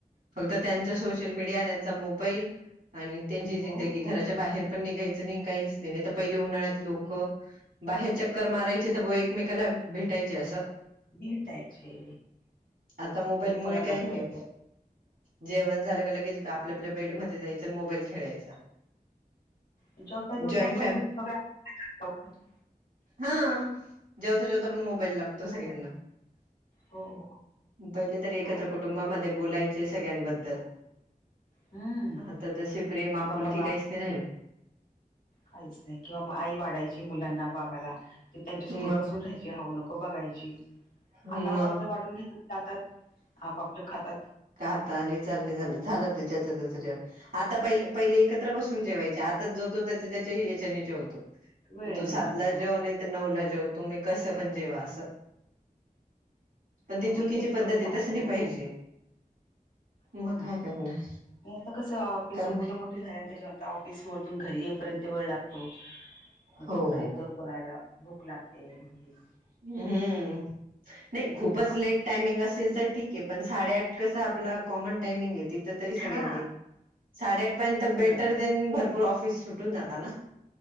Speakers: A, on the right; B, on the left.
A: फक्त त्यांचा सोशल मीडिया त्यांचा मोबाईल आणि त्यांची जिंदगी.
B: हो
A: घरच्या
B: हो.
A: बाहेर पण निघायचं नाही काहीच नाही तर पहिले उन्हाळ्यात लोकं
B: हम्म
A: बाहेर चक्कर मारायचे तर ब एकमेकाला भेटायचे असं
B: भेटायचे
A: आता मोबाईलमुळे
B: कोणी कोणाकडे
A: काही नाही.
B: जायचं
A: जेवण झालं का लगेच आपल्या-आपल्या बेड मध्ये जायचं आणि मोबाईल खेळायचा.
B: जेवता जेवता
A: जॉईंट
B: पण सगळ्या <unintelligible>
A: ह जेवता जेवता पण मोबाईल लागतो सगळ्यांना.
B: हो हो
A: पहिले तरी एकत्र
B: काय
A: कुटुंबामध्ये बोलायचे सगळ्यांबद्दल.
B: हम्म
A: आता तसे प्रेम, आपुलकी
B: किंवा बाबा
A: काहीच नाही राहील.
B: काहीच नाही किंवा आई वाढायची मुलांना बापाला ती त्यांच्यासमोर
A: मग
B: बसून राहायची. जे हवं नको बघायची
A: मग
B: आता आपआपलं वाढून नेतात ताटात आपआपलं खातात.
A: का आता आणि चालले झा झालं ते ज्याच त्याच. आता पहिले एकत्र बसून जेवायचे आता जो जो ज्यांच्या त्यांच्या याच्यांनी जेवतो
B: वेळे
A: तू
B: नाही
A: सातला
B: जुळतो
A: जेव नऊला जेव तुम्ही कस. पण जेवा अस पण ती
B: मग मी
A: चुकीची
B: तेच
A: पद्धतये
B: करून टाकते
A: तस नाही
B: मला
A: पाहिजे.
B: काय
A: मग
B: हो ना
A: काय
B: नाही
A: करणार
B: आता कसं ऑफिस
A: कारण
B: मुलं झाल्यानंतर जेवायचं ऑफिस मधून घरी येपर्यंत वेळ लागतो मग
A: हो.
B: तोपर्यंत. पोरा ह्यला भूख लागते मग हे
A: हम्म नाही खूपच
B: आम
A: लेट टायमिंग असेल तर ठीक पण साडेआठ कसं आपलं कॉमन टाईमगं ये तिथ तरी सगळ्यांनी
B: हा
A: साडेआठ पर्यंत
B: एकत्र
A: बेटर देन पूर ऑफिस सुटून जाता ना